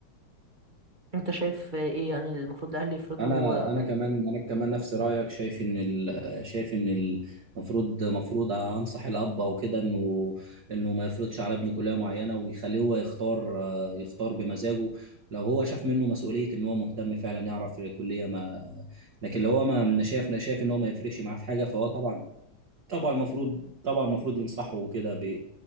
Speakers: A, on the right (about 25°); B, on the right (about 50°).
A: أنت شايف آه، إيه يعني المفروض الأهل يفرضوا
B: انا
A: آه،
B: انا كمان انا كمان نفس رايك شايف ان ال... شايف ان المفروض مفروض انصح الاب او كده انه انه ما يفرضش على ابنه كليه معينه ويخليه هو يختار يختار بمزاجه لو هو شاف منه مسؤوليه ان هو مهتم فعلا يعرف كليه ما لكن لو هو ما ما شاف شايف ان هو ما يفرقش معاه في حاجه فهو طبعا طبعا المفروض طبعا المفروض ينصحوا كده ب